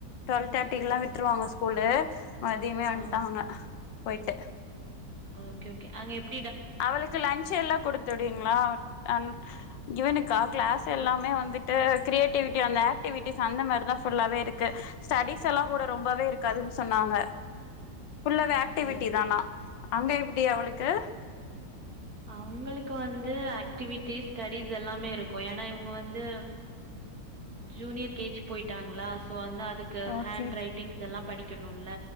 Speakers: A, on the left; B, on the right.
A: டுவெல் தேர்ட்டிக்குலா
B: ஓ,
A: விட்ருவாங்க ஸ்கூ கூலு மதியமே வந்ட்டாங்க
B: ஆ
A: போயிட்டு
B: ஓகே ஓகே அங்க எப்
A: அவளுக்கு லன்ச் எல்லா குடுத்து விடுவீங்ளா அன் இவனுக்கா கிளாஸ் எல்லாமே வந் ந்துட்டு கிரியேட்டிவிட்டி அந்த ஆக்டிவிட்டீஸ் அந்த மாரி தா ஃபுல்லாவே இருக்கு ஸ்டடீஸ் எல்லா கூட ரொம்பவே இருக்கு அதுன் சொன்னாங்க ஃபுல்லவே
B: ஓகே
A: ஆக்டிவிட்டி தானா அங்க எப்டி அவளுக்கு
B: அவுங்களுக்கு வந்து ஆக்டிவிட்டீஸ் ஸ்டடீஸ் எல்லாமே இருக்கு ஏனா இவுங்க வந்து ஜூனியர் கேஜ் போயிட்டாங்ளா சோ அந்த அதுக்கு
A: ஓகே
B: ஹேண்ட் ரைட்டிங்ஸ் எல்லா படிக்கணுல்ல